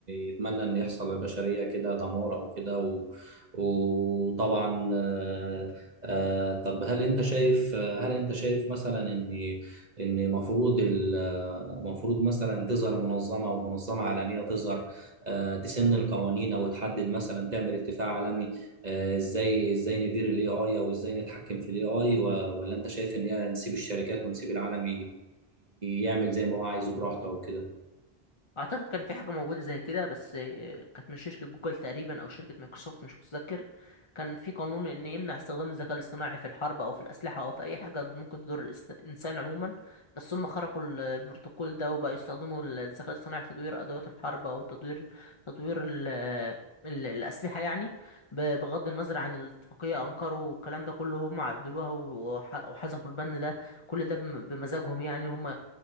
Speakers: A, on the right (about 45°); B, on the left (about 30°).
A: يتمنى إن يحصل للبشرية كده دمار أو كده و- وطبعا آه، آه، طب هل أنت شايف آه، هل أنت شايف مثلا إن إن المفروض المفروض مثلا تظهر منظمة أو منظمة عالمية تظهر آه، تسن القوانين أو تحدد مثلا تعمل اتفاق عالمي آه، إزاي إزاي ندير ال AI أو إزاي نتحكم في ال AI و- ولا أنت شايف إن هي نسيب الشركات ونسيب العالم يعمل زي ما هو عايزه براحته وكده
B: اعتقد كان في حاجه موجوده زي كده بس آه، كانت من شركه جوجل تقريبا او شركه مايكروسوفت مش متذكر كان في قانون ان يمنع استخدام الذكاء الاصطناعي في الحرب او في الاسلحه او في اي حاجه ممكن تضر الاس- الانسان عموما بس هم خرقوا ال- البروتوكول ده وبقوا يستخدموا الذكاء الاصطناعي في تطوير ادوات الحرب او تطوير تطوير ال ال- الأسلحة يعني ب- بغض النظر عن الاتفاقية أنكروا والكلام ده كله هم عدلوها وح- وحذفوا البند ده كل ده بم- بمزاجهم يعني هم